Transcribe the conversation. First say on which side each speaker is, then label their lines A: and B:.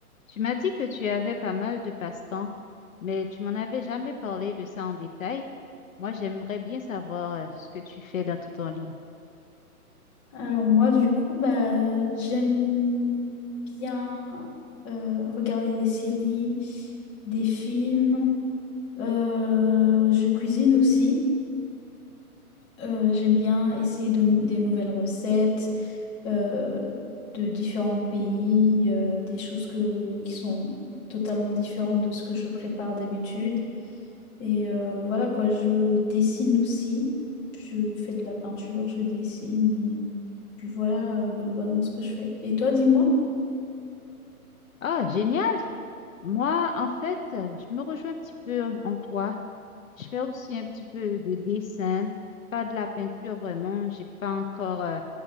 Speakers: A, on the left (about 60°); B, on the left (about 20°).
A: Tu m'as dit que tu avais pas mal de passe-temps, mais tu m'en avais jamais parlé de ça en détail. Moi, j'aimerais bien savoir euh, ce que tu fais dans ton temps libre.
B: Alors moi, du coup, bah, j'aime bien euh, regarder des séries, des films. Euh, je cuisine aussi. Euh, j'aime bien essayer de, des nouvelles recettes euh, de différents pays, euh, des choses que, qui sont totalement différentes de ce que je prépare d'habitude. Et euh, voilà quoi, je dessine aussi. Je fais de la peinture, je dessine. Et puis voilà euh, globalement ce que je fais. Et toi, dis-moi.
A: Ah, génial! Moi, en fait, euh, je me rejoins un petit peu euh, en toi. Je fais aussi un petit peu de dessin, pas de la peinture vraiment. J'ai pas encore euh,